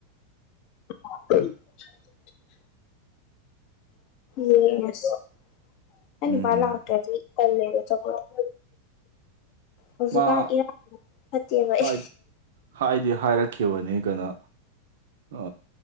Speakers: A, on the left; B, on the right.
A: <unintelligible> ꯌꯦꯡꯉꯁꯤ ꯑꯩ
B: ꯎꯝ
A: ꯅꯨꯄꯥ ꯂꯥꯛꯇ꯭ꯔꯗꯤ꯫ ꯇꯜꯂꯦꯗꯣ ꯆꯠꯄ ꯗꯣ <unintelligible> ꯍꯧꯖꯤꯛꯀꯥꯟ
B: ꯃꯥ
A: ꯏꯔꯥꯡ ꯐꯠꯇꯦꯕ ꯑꯩ
B: ꯍꯥꯏ ꯍꯥꯏꯗꯤ ꯍꯥꯏꯔꯛꯈꯤꯕꯅꯤ ꯀꯅꯣ ꯑ